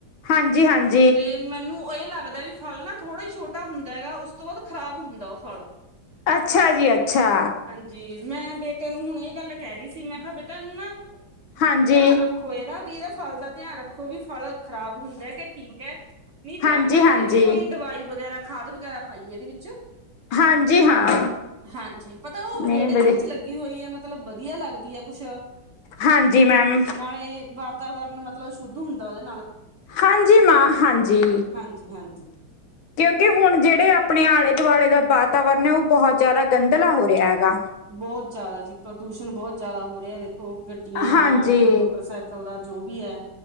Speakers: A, on the left; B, on the right.
A: ਹਾਂਜੀ-ਹਾਂਜੀ!
B: ਤੇ ਮੈਨੂੰ ਇਹ ਲੱਗਦਾ ਵੀ ਫਲ ਨਾ ਥੋੜ੍ਹਾ ਈ ਛੋਟਾ ਹੁੰਦਾ ਹੈਗਾ, ਉਸ ਤੋਂ ਬਾਅਦ ਖ਼ਰਾਬ ਹੁੰਦਾ ਉਹ ਫਲ।
A: ਅੱਛਾ ਜੀ ਅੱਛਾ!
B: ਜੀ ਮੈਂ ਬੇਟੇ ਨੂੰ ਹੁਣ ਇਹ ਗੱਲ ਕਹਿ ਰਹੀ ਸੀ, ਮੈਂ ਕਿਹਾ ਬੇਟਾ ਇਹਨੂ ਨਾ
A: ਹਾਂਜੀ
B: ਧਿਆਨ ਰੱਖੋ ਇਹਦਾ ਵੀ ਇਹਦਾ ਫ਼ਲ ਦਾ ਧਿਆਨ ਰੱਖੋ ਵੀ ਫ਼ਲ ਖ਼ਰਾਬ ਹੁੰਦਾ ਕਿ ਠੀਕ ਐ ਨਹੀਂ ਫੇ਼ਰ
A: ਹਾਂਜੀ
B: ਆਪਾਂ ਇਹਦੇ
A: ਹਾਂਜੀ
B: ਵਿੱਚ ਕੋਈ ਦਵਾਈ ਵਗੈਰਾ ਖਾਧ ਵਗੈਰਾ ਪਾਈਏ ਇਹਦੇ ਵਿੱਚ।
A: ਹਾਂਜੀ ਹਾਂ
B: ਹਾਂਜੀ, ਪਤਾ ਉਹ
A: ਨਹੀਂ
B: ਬਿਹੜੇ
A: ਵਧੀ
B: ਦੇ ਵਿੱਚ ਲੱਗ ਗੀ ਹੋਈ ਹੈ ਮਤਲਬ ਬਧੀਆ ਲੱਗਦੀ ਹੈ ਕੁੱਸ਼
A: ਹਾਂਜੀ ਮੈਮ!
B: ਨਾਲੇ ਬਾਤਾਵਰਨ ਮਤਲਬ ਸ਼ੁੱਧ ਹੁੰਦਾ ਉਹਦੇ ਨਾਲ਼।
A: ਹਾਂਜੀ ਮਾਂ! ਹਾਂਜੀ
B: ਹਾਂਜੀ-ਹਾਂਜੀ!
A: ਕਿਉਂਕਿ ਹੁਣ ਜਿਹੜੇ ਆਪਣੇ ਆਲੇ਼-ਦੁਆਲੇ਼ ਦਾ ਬਾਤਾਵਰਨ ਐ ਉਹ ਬਹੁਤ ਜ਼ਿਆਦਾ ਗੰਧਲਾ ਹੋ ਰਿਹਾ ਹੈਗਾ।
B: ਬਹੁਤ ਜਿਆਦਾ ਜੀ ਪ੍ਰਦੂਸ਼ਣ ਬਹੁਤ ਜਿਆਦਾ ਹੋ ਰਿਹਾ ਦੇਖੋ! ਗੱਡੀਆਂ
A: ਹਾਂਜੀ
B: ਦਾ, ਕੋਈ ਮੋਟਰਸਾਇਕ ਕਲ ਦਾ ਜੋ ਵੀ ਐ।